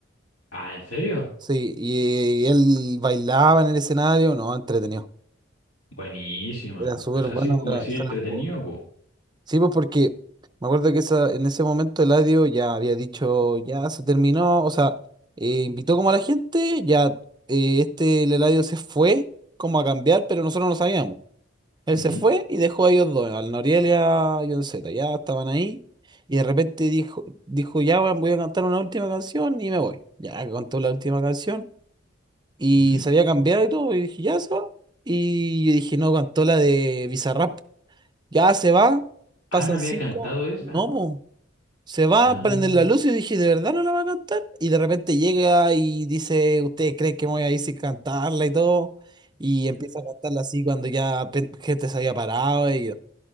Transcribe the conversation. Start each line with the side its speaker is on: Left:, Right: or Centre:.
Left: Ah, ¿en serio?
Right: Sí, y, y él bailaba en el escenario. No, entretenido.
Left: Buenísima,
Right: Era
Left: po.
Right: súper
Left: O sea,
Right: bueno,
Left: sí, pues, como
Right: era-
Left: decía,
Right: se
Left: entretenido,
Right: la jugó.
Left: po.
Right: Sí, pues porque me acuerdo que esa, en ese momento Eladio ya había dicho, ya se terminó, o sea, eh, invitó como a la gente, ya eh, este el Eladio se fue como a cambiar, pero nosotros no sabíamos. Él
Left: Ujú,
Right: se fue y dejó a ellos dos, al Noriel y a John Z, ya estaban ahí y de repente dijo, dijo ya weón, voy a cantar una última canción y me voy. Ya cantó la última canción y
Left: ujú.
Right: se había cambiado y todo, y dije, ya se va. Y yo dije, no, cantó la de Bizarrap. Ya se va, pasan
Left: Ah, no había
Right: cinco,
Left: cantado esa.
Right: no, po. Se va
Left: Ah.
Right: a prender la luz y yo dije, ¿de verdad no la va a cantar? Y de repente llega y dice, ¿ustedes creen que me voy a ir sin cantarla y todo? Y empieza a cantarla así cuando ya pe- gente se había parado y yo,